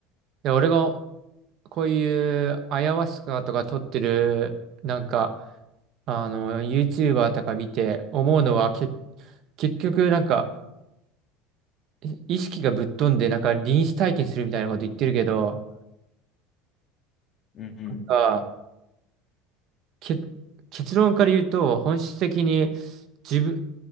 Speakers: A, on the right; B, on the left.
A: で、俺がこういうアヤワスカとか取ってる、なんか、あの、YouTuber とか見て思うのは、け、結局なんか、い意識がぶっ飛んで、なんか臨死体験するみたいなこと言ってるけど、
B: うんうん
A: あ、け、結論から言うと、本質的に自分、